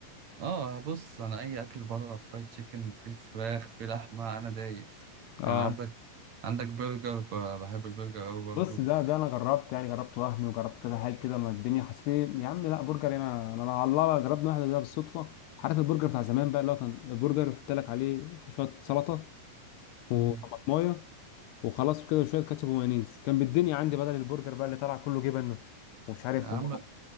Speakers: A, on the right; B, on the left.
A: آه بص أنا أي أكل بره فرايد تشيكن في فراخ في لحمة أنا دايس
B: اه
A: يعني عندك عندك برجر ب- بحب البرجر أوي برضه
B: بص ده ده انا جربت يعني جربت وهمي وجربت كذا حاجه كده ما الدنيا حسيت إيه، يا عم لا برجر هنا انا أنا على الله جربنا واحده كده بالصدفه عارف البرجر بتاع زمان بقى اللي هو كان برجر يحط لك عليه شويه سلطه وطماطمايه
A: أمم.
B: وخلاص وكده وشويه كاتشب ومايونيز كان بالدنيا عندي بدل البرجر بقى اللي طلع كله جبن ومش عارف
A: يا عم
B: وما